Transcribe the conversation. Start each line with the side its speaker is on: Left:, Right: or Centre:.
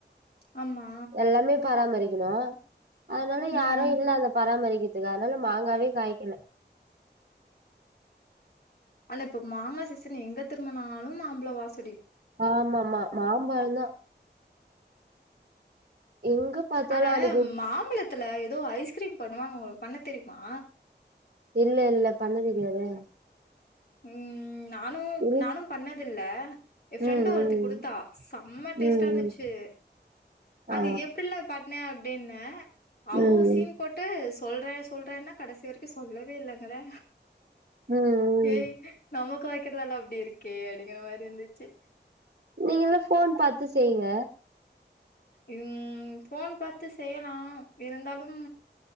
Left: ஆமா
Right: எல்லாமே பராமரி <unintelligible> அதனால
Left: ம்
Right: யாரும் இல்ல அத பராமரிக் இதனால மாங்காவே காய்க்கல
Left: ஆன இப்ப மாங்காய சீசன் எங்க திரும்பினாலும் மாம்பழ வாச
Right: ஆ ஆமாமா மாம்பழந்தா எங்க பாத்தாலு
Left: அட
Right: அன்னைக்கு
Left: மாம்பலத்துல ஏதோ ஐஸ்கிரீம் பண்ணுவாங்க உங்களுக்கு பண்ண தெரியுமா
Right: இல்ல இல்ல பண்ண தெரியாதே
Left: உம் நானும்
Right: இல்
Left: நானும் பண்ணது இல்ல என் ஃப்ரெண்டு
Right: ம்
Left: ஒருத்தி கொடுத்தா செம்ம
Right: ம்
Left: டேஸ்ட்டா
Right: ம்
Left: இருந்துச்சு
Right: ம்
Left: அது
Right: ஆ
Left: எப்படில பாண்ணே அப்படின்னா அவ்ளோ
Right: ம்
Left: சீன் போட்டு சொல்றேன் சொல்றேன்னா கடைசி வரைக்கு சொல்லவே இல்லைங்கறே
Right: ம் ம்
Left: ஏய் நமக்கு வ இருக்கிறதொலாம் அப்படி இருக்கே அடிங்கிற மாதிரி இருந்துச்சு
Right: நீங்கல்லா போன் பாத்து செய்ங்க
Left: உம் போன் பார்த்து செய்யலாம் இருந்தாலும்